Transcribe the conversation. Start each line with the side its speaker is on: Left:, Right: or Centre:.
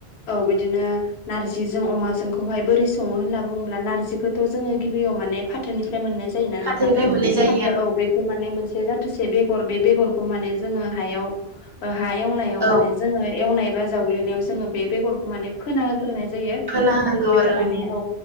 Left: औ बिदिनो नारजि जि जों अमाजोंखौहाय बोरै सङो होनना बुङोब्ला नारजखौथ' जोंङो गिबियाव माने फाथोनि मोननाय जायोना
Right: खाथिनिफ्राय
Left: नोंथां
Right: मोननाय जायो
Left: फाथो औ बे माने मोन- जाथोसे बेर बे बेगरखौ माने जोंङो हायाव ओ- हायाव आव माने
Right: ओं
Left: जोंङो एवनाय बा जावग्लिनायाव जोंङो बे बेगरखौ माने फोना होग्रोनाय जायो
Right: खोना होनांगौ
Left: बेखौ
Right: आरो औ-
Left: माने